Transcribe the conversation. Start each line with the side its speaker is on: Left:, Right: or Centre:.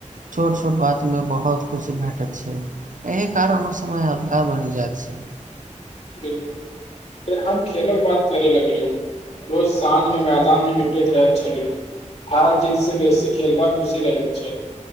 Right: छोट छोट बात में बहुत खुशी भेटैत छै एहि कारण समय <unintelligible> बनि जात छी
Left: फेर हम खेलेलक बाद करे लगलै रोज साँझमे मैदानमे निपटैत रहैत छली हार जीत स बेसी खेलबा खुशी रहैत छै